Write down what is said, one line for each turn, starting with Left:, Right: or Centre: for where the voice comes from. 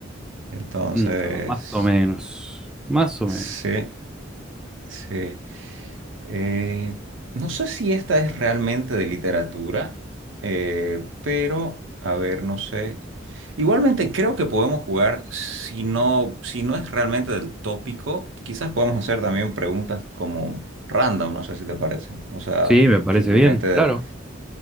Right: entonces,
Centre: No, más o menos, más o
Right: sí.
Centre: menos.
Right: Sí, Eh, no sé si esta es realmente de literatura, eh, pero a ver, no sé. Igualmente creo que podemos jugar, si no, si no es realmente del tópico, quizás podamos hacer también preguntas como random, no sé si te parece. O sea,
Centre: Sí, me parece
Right: simplemente,
Centre: bien, claro.